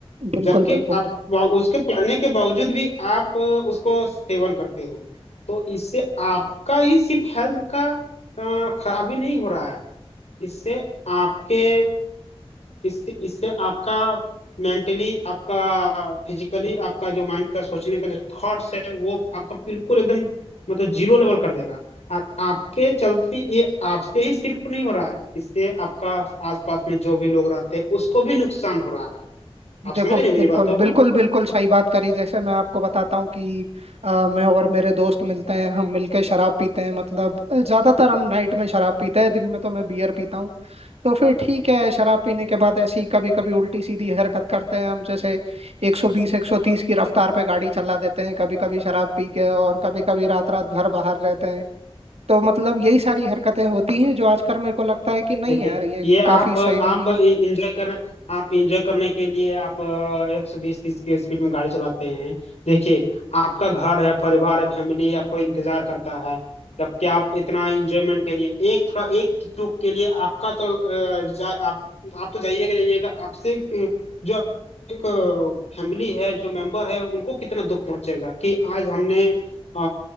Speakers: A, on the right; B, on the left.
A: बिल्कुल
B: जबकि
A: बिल्कुल
B: आप वा- उसके पढ़ने के बावजूद भी आप अ, उसको सेवन करते हो तो इससे आपका ही सिर्फ हेल्थ का अ, खराबी नहीं हो रहा है इससे आपके इससे इससे आपका मेंटली आपका फिजिकली आपका जो माइंड का सोचने का जो थॉट्स है वो आपको बिल्कुल एकदम मतलब जीरो लेवल कर देगा और आपके चलते ये आपसे ही सिर्फ नहीं हो रहा है इससे आपका आसपास में जो भी लोग रहते हैं उसको भी नुकसान हो रहा है आप समझ
A: देखो
B: रहे हैं मेरी
A: बिल्कुल
B: बातों को
A: बिल्कुल बिल्कुल सही बात करी जैसे मैं आपको बताता हूँ कि अ, मैं और मेरे दोस्त मिलते हैं हम मिलके शराब पीते हैं मतलब अ, ज्यादातर हम नाइट में शराब पीते हैं दिन में तो मैं बियर पीता हूँ तो फिर ठीक है शराब पीने के बाद ऐसी कभी कभी उल्टी सीधी हरकत करते हैं हम जैसे 120 130 की रफ्तार पे गाड़ी चला देते हैं कभी कभी शराब पी के और कभी कभी रात रात भर बाहर रहते हैं तो मतलब यही सारी हरकतें होती हैं जो आजकल मेरे को लगता है कि नहीं
B: देखिए
A: यार ये
B: ये
A: काफी
B: आप
A: सही
B: आप
A: नहीं है
B: इंजॉय कर आप इंजॉय करने के लिए आप एक सौ बीस तीस की स्पीड में गाड़ी चलाते हैं देखिए आपका घर है परिवार है फैमिली आपको इंतजार करता है जबकि आप इतना एंजॉयमेंट के लिए एक थोड़ा एक चूक के लिए आपका तो अ, जा, आप आप तो जाइएगा जाइएगा आपसे एक- जो एक फैमिली है जो मेंबर है उनको कितना दुख पहुंचेगा कि आज हमने अ,